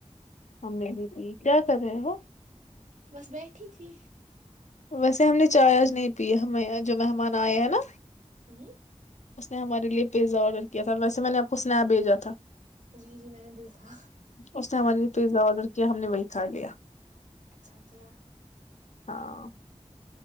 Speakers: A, on the left; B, on the right.
A: ہممی بھی تھی کیا کر رہے وہ
B: بس بیٹھی تھی
A: ویسے ہم نے چائے آج نہیں پی ہمیں جو مہمان آئے ہیں نا
B: ہوں
A: اس نے ہمارے لیے پیزا آرڈر کیا تھا ویسے میں نے آپ کو اسنپ بھیجا تھا
B: جی جی میں نے دیکھا
A: اس نے ہمارے پیزا آڈر کیا کیا ہم نے وہی کھا لیا
B: اچھا کیا ہے
A: ہاں